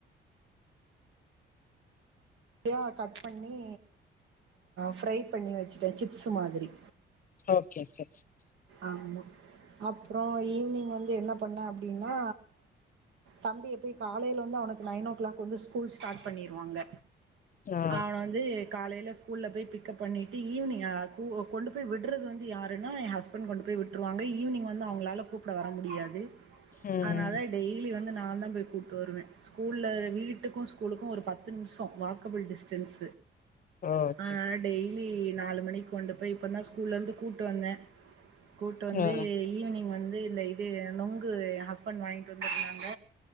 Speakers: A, on the right; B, on the left.
A: யாக கட் பண்ணி ஃப்ரை பண்ணி வெச்சுட்டேன் சிப்ஸ்ஸு மாதிரி
B: ஓகே செர் செர்
A: ஆமா அப்புற ஈவி்னிங் வந்து என்ன பண்ணே அப்டின்னா தம்பிய போய் காலையில வந்து அவனுக்கு நைன் ஓ கிளாக் வந்து ஸ்கூல் ஸ்டார்ட் பண்ணிருவாங்க
B: ஆ
A: அவ வ ந்து காலையில ஸ்கூல்ல போய் பிக்கப் பண்ணிட்டு ஈவினிங் கொண்டு போய் விடுறது வந்து யாருனா எ ஹஸ்பண்ட் போய் விட்டுருவாங்க ஈவினிங் வந்து அவுங்களால கூப்பிட வர முடியாது
B: ம்
A: அதனாலா டெய்லி வந்து நா தா போய் கூப்ட்டு வருவே ஸ்கூல்ல வீட்டுக்கு ஸ்கூலுக்கு ஒரு பத்து நிமிஷம் வாக் கபுல் டிஸ்டன்ஸ்
B: ஓ
A: அ
B: சேரி
A: டெயிலி நாளு மணிக் கொண்டு போய் இப்ப தா ஸ்கூல்ல இருந்து கூப்ட்டு வந்தே கூட்டு
B: சேரி
A: வந்து
B: ஆ
A: ஈவினிங் வந்து இந்த இது நொங்கு எ ஹஸ்பண்ட் வாங்கிட்டு வந்திருந்தாங்க